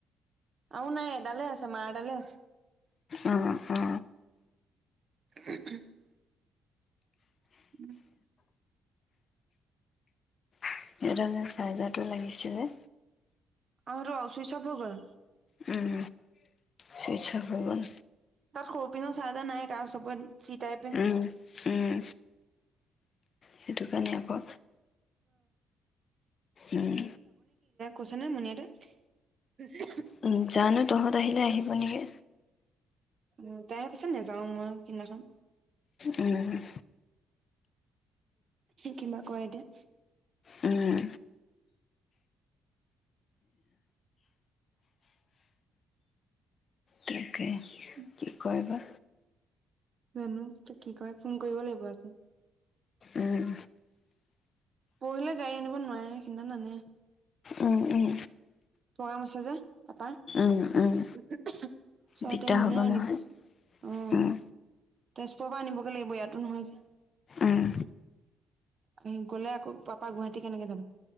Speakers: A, on the right; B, on the left.
A: আৰু নাই এডালে আছে। মাৰডালে আছে।
B: অ অ।
A: <unintelligible> <unintelligible>
B: <unintelligible> দলে চাৰ্জাৰটো লাগিছিলে।
A: অ, হেতু অ চুইচ-অফ হয় গ'ল?
B: উম। চুইচ অফ
A: উম
B: হৈ গ'ল
A: তাৰ সৰুপিন চাৰজা নাই কাৰো চব <inaudible> চিটাইপে
B: উম উম সেইটো কাৰণে আকৌ উম
A: কৈছে নাই মুনিয়টা
B: উম জানো তহঁত আহিলে আহিব নেকি।
A: অ তাৰে পিছত নেযাও মই সেইদিনাখন
B: উম
A: কিবা কৰে এতিয়া।
B: উম তাকে
A: উম
B: কি কৰিবা
A: জানো ত কি কয়। ফোন কৰিব লাগিব আজি।
B: উম
A: পৰিলে গাড়ী আনিব নোৱাৰে সেইদিনা নানে
B: উম উম
A: প্ৰগ্ৰাম আছে যে পাপাৰ।
B: উম উম
A: ছয়
B: দিগদাৰ
A: তাৰিখ মানে
B: হ'ব
A: আনিবচোন
B: নহয়
A: অ
B: উম
A: তেজপুৰৰ পৰা আনিবগে লাগিব ইয়াতো নহয় যে, আহি
B: উম
A: গলে আকৌ পাপা গুৱাহাটী কেনেকে যাব।